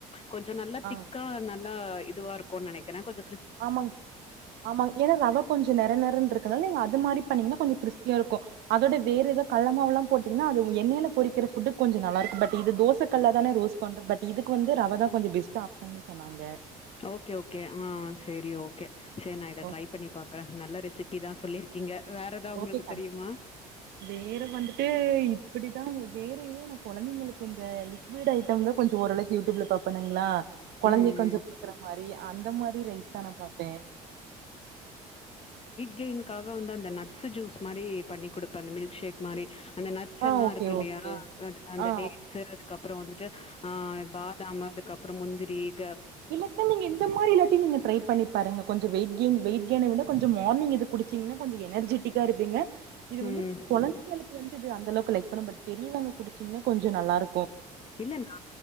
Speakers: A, on the left; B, on the right.
A: கொஞ்ச நல்ல
B: ஆ
A: திக்கா நல் நல்லா இதுவா இருக்குனு நெனைக்கிற கொஞ்ச
B: ஆமாங்க ஆமாங்க ஏன்னா ரவ கொஞ்ச நெற நெறன்னு இருக்கனால நீங்க அது மாதிரி பன்னீங்கன்னா கொஞ்சம் கிறிஸ்பியாருக்கு அதோட வேற ஏதாது கல மாவ்லா போட்டீங்கனா அது எண்ணைல பொறிக்கிற புட்டு கொஞ்ச நல்லாருக்கும் பட் இது தோச கல்ல தானே ரோஸ் பண்றோ பட் இதுக்கு வந்து ரவதா கொஞ்ச பெஸ்ட் ஆப்ஷன்ன்னு சொன்னாங்க
A: ஓக்கே ஓக்கே ஆ சரி ஓக்கே சேரி நா இத
B: ஓகே
A: ட்ரை பண்ணி பாக்றே நல்ல ரெசி இதா சொல்லிருக்கீங்க வேற எதா உங்களுக்கு
B: ஓக்கே பர்
A: தெரியுமா
B: வேற வந்துட்டு இப்டிதா வ வேற எதும் நா கொழந்தைங்களுக்கு இந்த லிக்விட் ஐட்டம்ல கொஞ்சம் ஓரளவ் யூடியூப்ல பாப்பெனுங்களா கொழந்தைக்
A: ம்
B: கொஞ்சம்
A: ம்.
B: குடுக்குற மாரி அந்த மாரி ரைஸ் தா நா பாப்பே
A: கெய்ன்காக வந்து அந்த நட்ஸ் ஜூஸ் மாரி பண்ணி குடுப்பே அந்த மில்க் ஷேக் மாரி அந்த நட்ஸ்
B: ஆ
A: எல்லா
B: ஓகே
A: இருக்குல்லையா
B: ஓகே
A: அது அந்த
B: ஆ
A: டேட்ஸ் அதுக்குப் அப்புறோ வந்துட்டு ஆஹ் பாதாம் அதுக்கப் அப்புற முந்தி பே
B: இல்லக்கா நீங்க இந்த மாரி இல்லாட்டியும் நீங்க ட்ரை பண்ணி பாருங்க கொஞ்ச வெயிட் கெயின் வெயிட் கெய்ன விட கொஞ்ச மார்னிங் இது குடிச்சீங்கன்னா கொஞ்ச எனர்ஜெட்டிக்கா இருப்பீங்க இது வந்து
A: ம்.
B: கொழந்தைகளுக்கு வந்து இது அந்த அளவுக்கு லைக் பண்ணும் பட் பெரியவங்க குடுச்சின்ன்னா கொஞ்ச நல்லா இருக்கும்
A: இல்ல நா